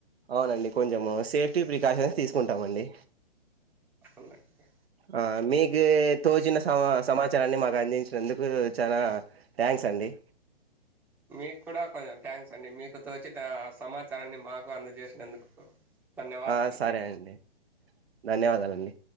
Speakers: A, on the right; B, in the centre.
A: అవునండి కొంచెం సేఫ్టీ ప్రికాషన్స్ తీసుకుంటామ్ అండి
B: అవునండి
A: ఆ మీ ఏతో తోచిన సమా సమాచారాన్ని మాకు అందించినందుకు చాలా థ్యాంక్స్ అండి.
B: మీకు కూడా కొంచెం థ్యాంక్స్ అండి. మీకు తోచిన సమాచారాన్ని మాకు అందజేసినందుకు. ధన్యవాదాలండి
A: ఆ సరే అండి ధన్యవాదాలండి.